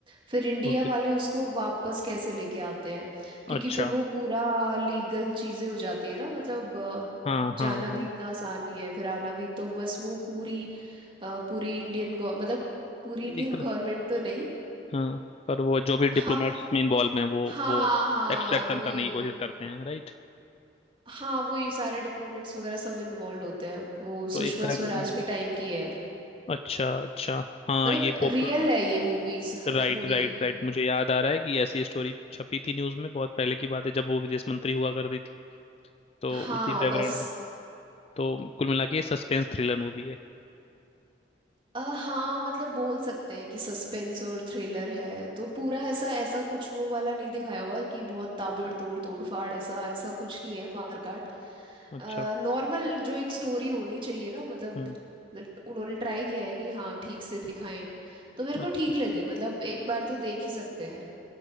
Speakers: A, on the right; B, on the left.
A: फिर इंडिया
B: ओके
A: वाले उसको वापस कैसे लेके आते हैं क्योंकि
B: अच्छा
A: फिर वो पूरा लीगल चीजें हो जाती है ना मतलब अ,
B: हाँ
A: जाना
B: हाँ हाँ
A: भी इतना आसान नहीं है फिर आना भी तो बस वो पूरी अ, पूरी इंडियन गव- मतलब पूरी
B: एक
A: इंडियन <laughs> गवर्नमेंट तो नहीं
B: हाँ पर वो जो भी डिप्लोमेट्स
A: हाँ
B: में इन्वॉल्व हैं वो
A: हाँ
B: वो
A: हाँ
B: एक्सट्रैक्शन
A: वही
B: करने की
A: वो
B: कोशिश करते हैं राइट
A: हाँ वही सारे डिप्लोमेट्स वगैरह सब इन्वॉल्व होते हैं वो
B: तो
A: सुषमा
B: एक तरह की
A: स्वराज
B: हम्म,
A: के टाइम की है
B: अच्छा अच्छा हाँ
A: मतलब
B: ये
A: हाँ
B: पॉप
A: रियल है ये मूवीज
B: राइट
A: मूवी
B: राइट राइट मुझे याद आ रहा है कि ऐसी स्टोरी छपी थी न्यूज़ में बहुत पहले की बात है जब वो विदेश मंत्री हुआ करती थी तो
A: हाँ
B: उसी बैकग्राउंड
A: बस
B: में तो कुल मिला के सस्पेंस थ्रिलर मूवी है
A: अ, हाँ मतलब बोल सकते हैं कि सस्पेंस और थ्रिलर है तो पूरा ऐसा ऐसा कुछ वो वाला नहीं दिखाया हुआ कि बहुत ताबड़तोड़ तोड़फाड़ ऐसा ऐसा कुछ नहीं है मारकाट
B: अच्छा
A: नॉर्मल जो एक स्टोरी होनी चाहिए ना मतलब
B: हम्म
A: that उन्होंने ट्राई किया है कि हाँ ठीक से दिखाएं तो मेरे को
B: अच्छा
A: ठीक लगी मतलब एक बार तो देख ही सकते हैं